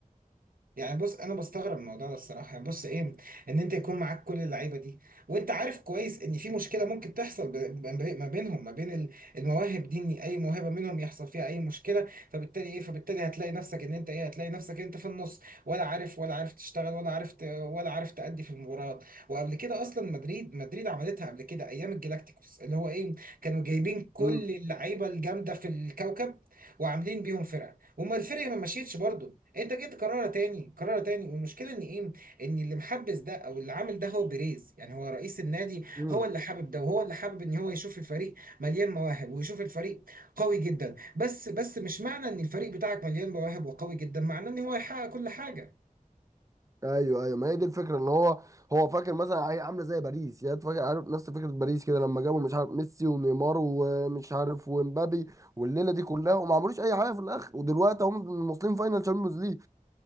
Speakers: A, on the right; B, on the right.
A: يعني بص انا بستغرب من الموضوع ده الصراحه يعني بص ايه ان انت يكون معاك كل اللعيبه دي وانت عارف كويس ان في مشكله ممكن تحصل ب- ب- ب- ما بينهم ما بين ال- المواهب دي ان اي موهبه منهم يحصل فيها اي مشكله فبالتالي ايه فبالتالي هتلاقي نفسك ان انت ايه هتلاقي نفسك انت في النص ولا عارف ولا عارف تشتغل ولا عارف ت- ولا عارف تأدي في المباريات وقبل كده اصلا مدريد مدريد عملتها قبل كده ايام الجلاكتيكوس اللي هو ايه كانوا جايبين كل
B: امم
A: اللعيبه الجامده في الكوكب وعاملين بيهم فرقه وما الفرقه ما مشيتش برضه انت جيت تكررها تاني كررها تاني والمشكله ان ايه ان اللي محبس ده او اللي عامل ده هو بيريز يعني هو رئيس النادي
B: امم
A: هو اللي حابب ده وهو اللي حابب ان هو يشوف الفريق مليان مواهب ويشوف الفريق قوي جدا بس بس مش معنى ان الفريق بتاعك مليان مواهب وقوي جدا معناه ان هو يحقق كل حاجه
B: ايوه ايوه ما هي دي الفكره ان هو هو فاكر مثلا هي عامله زي باريس يعني فاكر عارف نفس فكره باريس كده لما جابوا مش عارف ميسي ونيمار ومش عارف ومبابي والليله دي كلها وما عملوش اي حاجه في الاخر ودلوقتي هم واصلين فاينل تشامبيونز